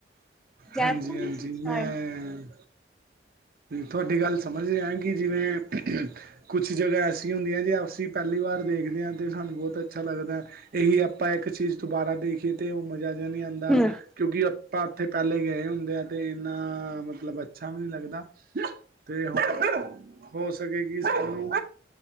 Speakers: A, in the centre; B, on the right.
A: ਜੈਪੁਰ
B: ਹਾਂਜੀ ਹਾਂਜੀ,
A: ਹੀ ਸੀ ਸ਼ਾਇਦ
B: ਮੈਂ ਤੁਹਾਡੀ ਗੱਲ ਸਮਝਦੇ ਆਾਂ, ਕਿ ਜਿਵੇਂ ਕੁਛ ਜਗ੍ਹਾ ਐਸੀਆਂ ਹੁੰਦੀਆਂ ਜੇ ਅਸੀਂ ਪਹਿਲੀ ਵਾਰ ਦੇਖਦੇ ਹਾਂ, ਤਾਂ ਸਾਨੂੰ ਬਹੁਤ ਅੱਛਾ ਲੱਗਦਾ। ਇਹੀ ਆਪਾਂ, ਇੱਕ ਚੀਜ਼ ਦੁਬਾਰਾ ਦੇਖੀਏ ਤੇ ਉਹ ਮਜਾ ਜਿਹਾ ਨਹੀਂੀ ਆਉਂਦਾ,
A: ਹਮ
B: ਕਿਉਂਕਿ ਆਪਾਂ ਉੱਥੇ ਪਹਿਲੇ ਗਏ ਹੁੰਦੇ ਆ ਤੇ ਇੰਨਾ ਮਤਲਬ ਅੱਛਾ ਵੀ ਨੀ ਲੱਗਦਾ। ਤੇ ਹੋ ਸਕੇਗੀ ਸਾਨੂੰ,